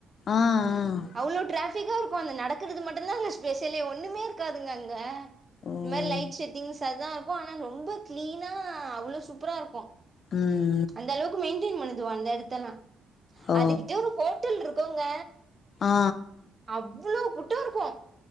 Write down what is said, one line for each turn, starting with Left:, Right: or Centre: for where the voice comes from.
Left: ஆ ஆ
Right: அவ்ளோ டிராஃபிக்கா இருக்கோ அந்த நடக்குறது மட்டுதாங்க ஸ்பெஷலே ஒன்னுமே இருக்காதுங்க அங்க
Left: ஓ
Right: இந் மாரி லைட்
Left: ம்
Right: செட்டிங்ஸ் அதா இருக்கு ஆனா ரொம்ப க்ளீனா அவ்ளோ சூப்பரா இருக்கோ
Left: ம்
Right: அந்த அளவுக்கு மெயின்டெயின் பண்ணுதுவோ அந்த எடத்தெல்லா
Left: ஓ
Right: அதுகிட்ட ஒரு ஹோட்டல் இருக்கோங்க
Left: ஆ
Right: அவ்ளோ கூட்டோ இருக்கோ